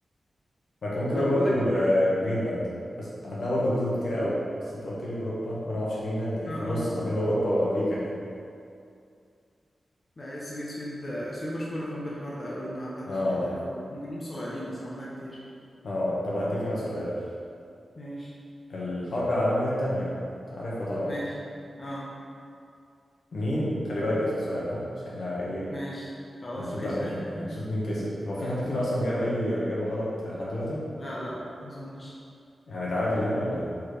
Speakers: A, on the left (about 75°); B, on the left (about 40°).
A: ما كان
B: <laughs>
A: ممكن
B: طب
A: اقول برضو
B: بقول لك
A: آه،
B: إيه؟
A: جرينلاند بس عندها برضو جزر كتير قوي بس انت قلت لي اوروبا وانا ما اعرفش جرينلاند هي
B: اه اه
A: في النص ما بين اوروبا وامريكا كده
B: لا هي السويد السويد السويد مشهوره كمان بالحوار ده قوي ان عندها جزر
A: اه
B: كتير قوي ممكن يكونوا صغيرين بس عندها كتير
A: اه طب هديك انا سؤال
B: ماشي
A: الحرب العالميه الثانيه انت عارفها طبعا
B: ماشي اه
A: مين خلي بالك ده اخر سؤال ها عشان احنا ايه
B: ماشي خلاص
A: هنشوف
B: ماشي
A: بقى مين
B: <laughs>
A: هنشوف مين كسب هو في حد فينا اصلا جاب اي اجابه غلط لحد دلوقتي
B: لا لا ما اظنش
A: هنتعادل يعني ولا ايه